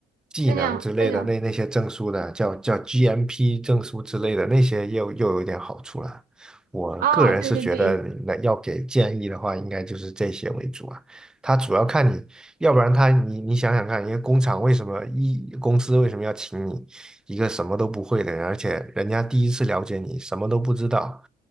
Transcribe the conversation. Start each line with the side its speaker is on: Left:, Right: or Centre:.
Centre: 技能之类的那那些证书的，
Right: 这样那个，
Centre: 叫叫 GMP 证书之类的那些又又有点好处了。我个人是觉得，
Right: 哦，对对对，
Centre: 那要给建议的话，应该就是这些为主啊。他主要看你，要不然他你你想想看，一个工厂为什么一公司为什么要请你一个什么都不会的人，而且人家第一次了解你，什么都不知道。